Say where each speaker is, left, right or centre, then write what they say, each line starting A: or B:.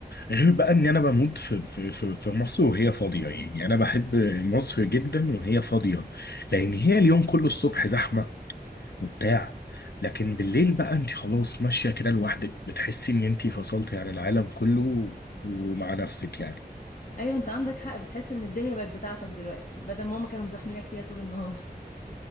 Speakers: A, on the left; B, on the left.
A: غير بقى ان انا بموت في في في في مصر وهي فاضيه يعني يعني انا بحب مصر جدا وهي فاضيه لان هي اليوم كله الصبح زحمه وبتاع لكن بالليل بقى انت خلاص ماشيه كده لوحدك بتحسي ان انت فصلتي عن العالم كله ومع نفسك يعني
B: ايوه انت عندك حق بتحس ان الدنيا بقت بتاعتك دلوقتي بدل ما هما كانوا مزاحمينك فيها طول النهار